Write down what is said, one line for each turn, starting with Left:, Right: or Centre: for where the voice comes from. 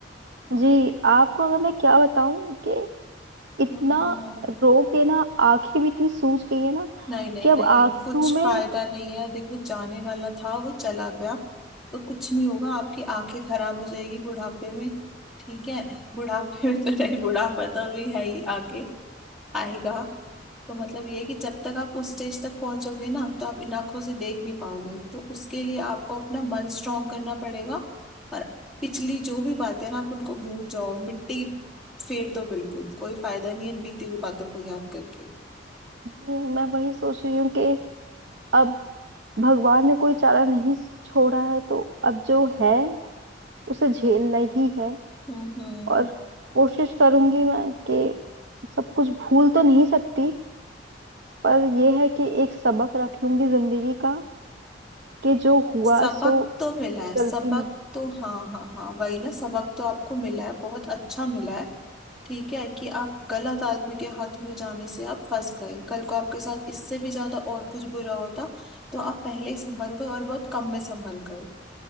Right: जी आपको अगर मैं क्या बताऊं कि इतना
Centre: हाँ,
Right: रो के ना आंखें भी इतनी सूज गई है ना
Centre: नहीं नहीं
Right: कि अब
Centre: नहीं
Right: आंखों
Centre: कुछ
Right: में
Centre: फायदा नहीं है देखो जाने वाला था वो चला गया तो कुछ नहीं होगा आपकी आंखें खराब हो जाएगी बुढ़ापे में ठीक है बुढ़ापे में तो नहीं बुढ़ापा तो अभी है ही आगे आएगा तो मतलब ये है कि जब तक आप उस स्टेज तक पहुंचोगे ना तो आप इन आंखों से देख नहीं पाओगे तो उसके लिए आपको अपना मन स्ट्रांग करना पड़ेगा और पिछली जो भी बातें ना आप उनको भूल जाओ मिट्टी फेर दो बिल्कुल कोई फायदा नहीं है इन बीती हुई बातों को याद करके
Right: जी मैं वही सोच रही हूँ कि अब भगवान ने कोई चारा नहीं छोड़ा है तो अब जो है उसे झेलना ही है
Centre: हम्म हम्म
Right: और कोशिश करूंगी मैं कि सब कुछ भूल तो नहीं सकती पर यह है कि एक सबक रख लूंगी जिंदगी का कि जो हुआ
Centre: सबक
Right: सो
Centre: तो मिला
Right: मेरी
Centre: है सबक
Right: गलती नहीं है।
Centre: तो हाँ हाँ हाँ वही ना सबक तो आपको मिला है बहुत अच्छा मिला है ठीक है कि आप गलत आदमी के हाथों में जाने से आप फंस गए कल को आपके साथ इससे भी ज्यादा और कुछ बुरा होता तो आप पहले ही संभल गए और बहुत कम में संभल गए